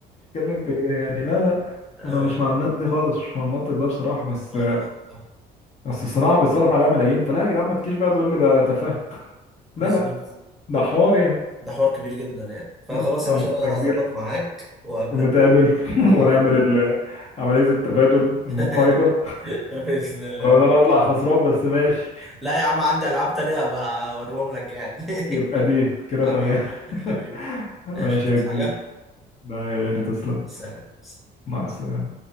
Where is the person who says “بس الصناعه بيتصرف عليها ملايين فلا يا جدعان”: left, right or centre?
Left